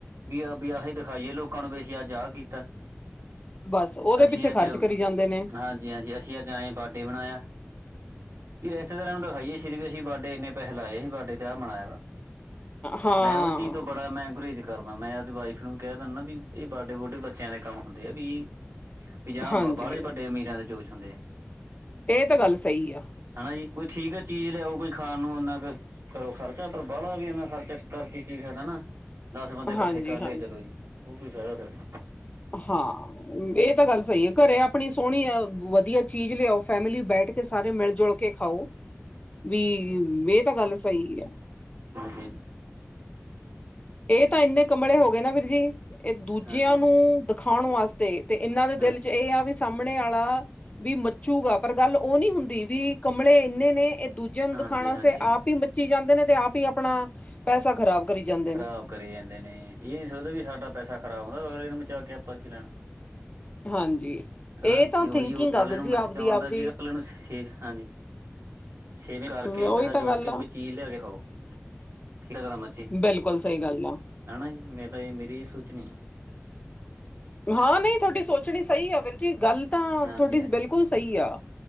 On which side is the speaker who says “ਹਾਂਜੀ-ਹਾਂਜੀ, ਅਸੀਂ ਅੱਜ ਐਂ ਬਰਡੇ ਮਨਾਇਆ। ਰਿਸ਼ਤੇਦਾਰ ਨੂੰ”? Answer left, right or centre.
Right